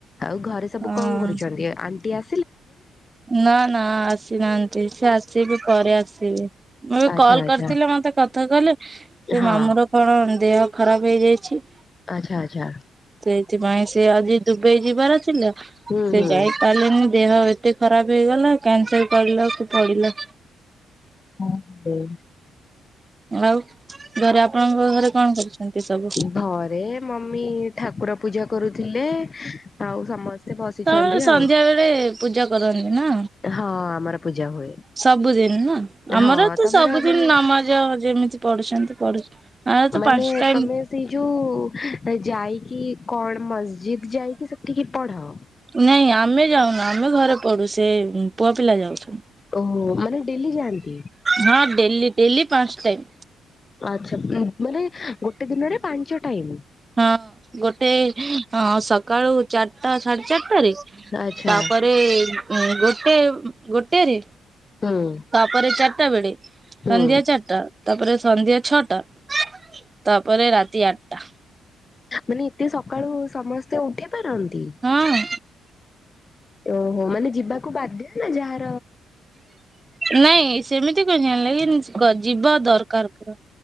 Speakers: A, on the left; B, on the right.
A: ଆଉ ଘରେ ସବୁ
B: ହଁ
A: କଣ କରୁଛନ୍ତି ଆଣ୍ଟି ଆ
B: ନା ନା ଆସିନାହାନ୍ତି ସେ ଆସିବେ ପରେ ଆସିବେ ମୁଁ ଏବେ
A: ଆଚ୍ଛା
B: କଲ
A: ଆଚ୍ଛା
B: କରିଥିଲ ମତେ କଥା କହିଁଲେ ସେ
A: ହଁ
B: ମାମୁଁ ର କଣ ଦେହ ଖରାପ ହେଇଯାଇଛି।
A: ଆଛା ଆଚ୍ଛା
B: ସେଇଥିପାଇଁ ସେ ଆଜି ଦୁବଇ ଯିବାର ଥିଲା
A: ହୁଁ
B: ସେ
A: ହୁଁ।
B: ଯାଇପାରିଲେନି ଦେହ ଏତେ ଖରାପ ହେଇଗଲା କ୍ୟାନସଲ୍ କରିବାକୁ ପଡିଲା।
A: ହଁ
B: ଆଉ ଘରେ ଆପଣଙ୍କ ଘରେ କଣ କରୁଛନ୍ତି ସବୁ?
A: ଘରେ ମମି ଠାକୁର ପୂଜା କରୁଥିଲେ ଆଉ ସମସ୍ତ ସେ ବସିଛନ୍ତି
B: ତମେ ସନ୍ଧ୍ୟା
A: ଆଉ
B: ବେଳେ ପୂଜା କରନ୍ତି ନା?
A: ହଁ ଆମର ପୂଜା ହୁଏ।
B: ସବୁଦିନ ନା ଆମର
A: ହଁ
B: ତ
A: ତମର
B: ସବୁଦିନ
A: ମାନେ
B: ନମାଜ ଯେମିତି ପଢୁଛନ୍ତି ପଢୁ। ଆଉ ତ
A: ମାନେ
B: ପାଞ୍ଚ ଟାଇମ୍
A: ତମେ ସେଇ ଯୋଉ ଯାଇକି କଣ ମସ୍ଜିଦ୍ ଯାଇକି ସେ ଟିକେ ପଢ।
B: ନାଇଁ ଆମେ ଯାଉନୁ ଆମେ ଘରେ ପଡୁ ସେ ପୁଅ ପିଲା ଯାଉଛୁ।
A: ଓହୋ ମାନେ ଡେଲି ଯାଆନ୍ତି।
B: ହଁ ଡେଲି ଡେଲି ପାଞ୍ଚ ଟାଇମ୍।
A: ଆଛା ମାନେ ଗୋଟେ ଦିନରେ ପାଞ୍ଚ ଟାଇମ୍।
B: ହଁ ଗୋଟେ ସକାଳୁ ଚାରିଟା ସାଢେ ଚାରିଟାରେ
A: ଆଚ୍ଛା
B: ତାପରେ ଉଁ ଗୋଟେ ଗୋଟେରେ
A: ହୁଁ
B: ତାପରେ ଚାରିଟା ବେଳେ
A: ହୁଁ
B: ସନ୍ଧ୍ୟା ଚାରିଟା ତାପରେ ସନ୍ଧ୍ୟା ଛଅଟା ତାପରେ ରାତି ଆଠଟା।
A: ମାନେ ଏତେ ସକାଳୁ ସମସ୍ତେ ଉଠି ପାରନ୍ତି?
B: ହଁ।
A: ଓହୋ ମାନେ ଯିବାକୁ ବାଧ୍ୟ ନା ଯାହା
B: ନାଇଁ ସେମିତି କଜାଣି ନାଇଚି କ ଯିବା ଦରକାର ପୁରା।